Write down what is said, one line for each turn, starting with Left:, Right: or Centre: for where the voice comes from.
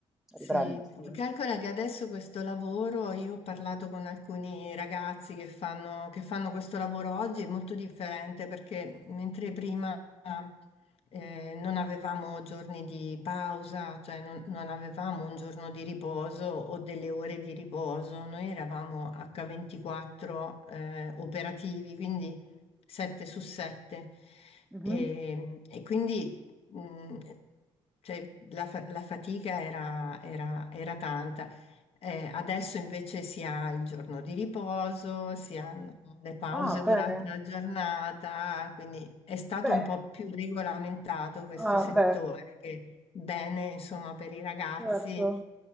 Centre: A
Left: Sì,
Centre: riprendersi.
Left: calcola che adesso questo lavoro, io ho parlato con alcuni ragazzi che fanno, che fanno questo lavoro oggi, è molto differente perché mentre prima eh, non avevamo giorni di pausa, cioè non, non avevamo un giorno di riposo o delle ore di riposo, noi eravamo H24 eh, operativi, quindi 7 su 7.
Centre: Mhm.
Left: E, e quindi mm, cioè, la, fa- la fatica era, era- era tanta. Eh, adesso invece si ha il giorno di riposo, si hanno le pause
Centre: Ah,
Left: durante
Centre: bene.
Left: la giornata, quindi è stato
Centre: Beh,
Left: un po' più regolamentato questo
Centre: ah,
Left: settore,
Centre: beh,
Left: che bene, insomma, per i ragazzi
Centre: certo.